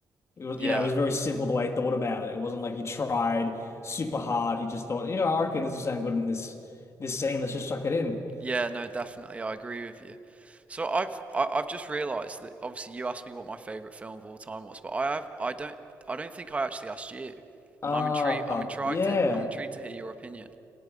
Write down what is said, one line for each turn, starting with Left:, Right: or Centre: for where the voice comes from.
Left: It was,
Right: Yeah,
Left: you know, it was very simple the way he thought about it. It wasn't like he tried super hard. He just thought, you know, I reckon this will sound good in this this scene. Let's just chuck it in.
Right: yeah, no, definitely, I agree with you. So I've I, I've just realised that obviously you asked me what my favourite film of all time was, but I have I don't I don't think I actually asked you,
Left: Ah,
Right: and I'm intrigued I'm intrigued
Left: yeah,
Right: to I'm intrigued to hear your opinion.